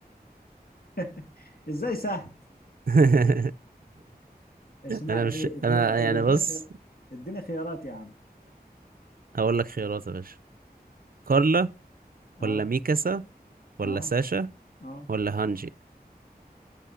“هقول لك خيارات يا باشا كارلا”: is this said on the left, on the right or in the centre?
Right